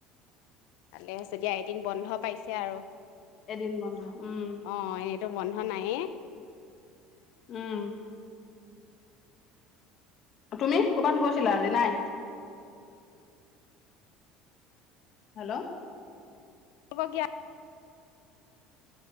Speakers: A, on the left; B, on the left.
A: ভালে আছে দিয়া, এদিন বন্ধ পাইছে আৰু।
B: এদিন বন্ধ উম
A: অঁ এনেতো বন্ধ নায়েই।
B: উম তুমি? ক'ৰবাত গৈছিলা আজি? নাই? হেল্ল'
A: হ'ব গিয়া।